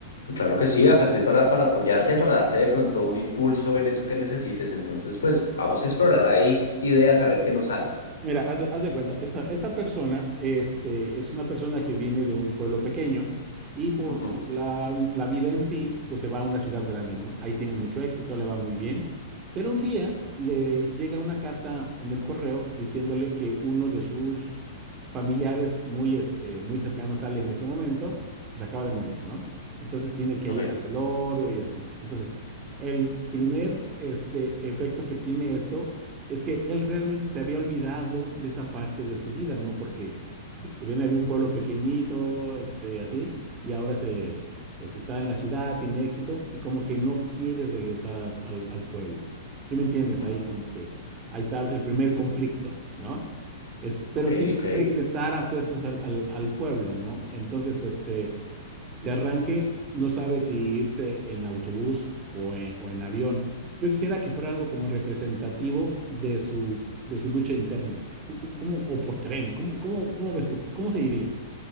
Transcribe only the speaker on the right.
Mira, haz de, haz de cuenta, esta, esta persona este, es una persona que viene de un pueblo pequeño y por
la, la vida en sí, pues se va a una ciudad grande, ¿no? Ahí tiene mucho éxito, le va muy bien, pero un día le llega una carta en el correo diciéndole que uno de sus familiares muy, este, muy cercanos sale en ese momento, pues acaba de morir, ¿no? Entonces tiene que
ir al velorio y eso, ¿no? Entonces, el primer este, efecto que tiene esto es que él realmente se había olvidado de esa parte de su vida, ¿no? Porque v- viene de un pueblo pequeñito, este, así, y ahora se, se está en la ciudad, tiene éxito, y como que no quiere regresar a su- al, al pueblo. ¿Sí me entiendes?
Ahí como que, ahí está el primer conflicto, ¿no? Este,
pero tiene
que regresar a fuerzas al, al- al pueblo, ¿no? Entonces, este de arranque no sabe si irse en autobús o en, o en avión. Yo quisiera que fuera algo como representativo de su, de su lucha interna, Cu- cu- como, o por tren, ¿cómo, cómo, cómo ves tú? ¿Cómo se iría?